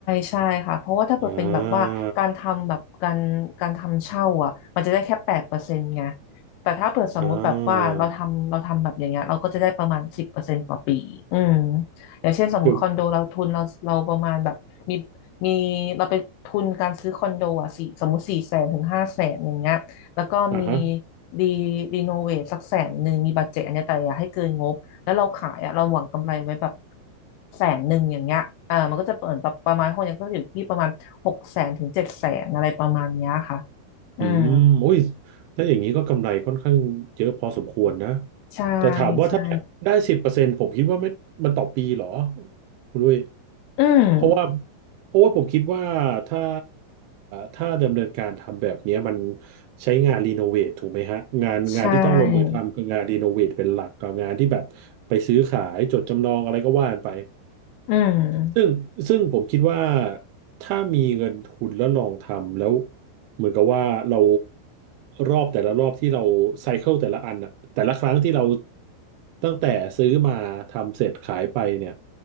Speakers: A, on the left; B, on the right.
A: ใช่ค่ะเพราะว่าถ้าเกิดเป็นแบบว่าการทำแบบการการทำเช่าอ่ะมันจะได้แค่แปดเปอร์เซ็นต์ไง
B: อ่า
A: แต่ถ้าเปิดสมมุติแบบว่าเราทำเราทำแบบอย่างเงี้ยเราก็จะได้ประมาณสิบเปอร์เซ็นต์ต่อปีอืม
B: อ่า
A: อย่างเช่นสมมุติคอนโดเราทุนเราเราประมาณแบบมี
B: คือ
A: มีเราไปทุนการซื้อคอนโดอ่ะสี่สมมุติสี่แสนถึงห้าแสนอย่างเงี้ยแล้วก็มี
B: อ่าฮะ
A: รีรีโนเวทสักแสนหนึ่งมีบัดเจ็ตอันเนี้ยแต่อย่าให้เกินงบ แล้วเราขายอ่ะเราหวังกำไรไว้แบบแสนหนึ่งอย่างเงี้ยเออมันก็จะเปิดแบบประมาณห้องเนี้ยก็จะอยู่ที่ประมาณหกแสนถึงเจ็ดแสนอะไรประมาณเนี้ยค่ะอืม
B: อืมโอ้ยถ้าอย่างนี้ก็กำไรค่อนข้างเยอะพอสมควรนะ
A: ใช่
B: แต่ถามว่าถ้าได้สิบเปอร์เซ็นต์ผมคิดว่าไม่มันต่อปีเหรอ
A: ใช่
B: คุณด้วย
A: อืม
B: เพราะว่าเพราะว่าผมคิดว่าถ้าถ้าดำเนินการทำแบบเนี้ยมันใช้งานรีโนเวทถูกไหมฮะงานงานที่ต้องลงมือทำคืองานรีโนเวทเป็นหลักกับงานที่แบบไปซื้อขายจดจำนองอะไรก็ว่ากันไป
A: ใช่ อืม
B: ซึ่งซึ่งผมคิดว่าถ้ามีเงินทุนแล้วลองทำแล้วเหมือนกับว่าเรารอบแต่ละรอบที่เราไซเคิลแต่ละอันอะแต่ละครั้งที่เราตั้งแต่ซื้อมาทำเสร็จขายไปเนี่ย